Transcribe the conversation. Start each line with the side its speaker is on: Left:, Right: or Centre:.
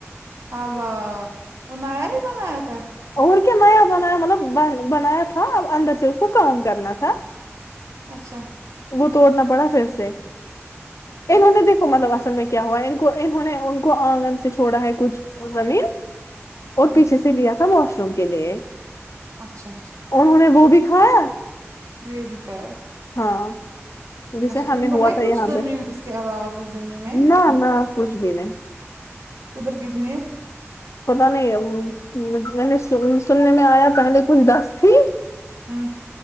Right: اللہ وہ نیا ہی بنایا تھا
Left: اور کیا نیا بنایا مطلب بنایا تھا اندر سے اس کو کام کرنا تھا
Right: اچھا
Left: وہ توڑنا پڑا پھر سے
Right: پھر
Left: انہوں نے دیکھا مطلب اصل میں کیا ہوا ہے ان کو انہوں نے ان کو آنگن سے چھڑا ہے کچھ زمین اور
Right: ہوں
Left: پیچھے سے لیا تھا واش روم کے لیے
Right: اچھا اچھا
Left: انہوں نے وہ بھی کھایا
Right: یے بھی کھایا
Left: ہاں جیسے
Right: اچھا
Left: ہمیں
Right: ان کو
Left: ہوا
Right: ہے
Left: تھا
Right: کچھ
Left: یہاں
Right: زمین
Left: پہ
Right: اس کے علاوہ کچھ زمین ہے ان
Left: نہ
Right: کے پاس
Left: نہ کچھ بھی
Right: ادھر کتنی ہے
Left: پتو نہیں میں نے سننے میں آیا پہلے کچھ دس تھی
Right: ہمم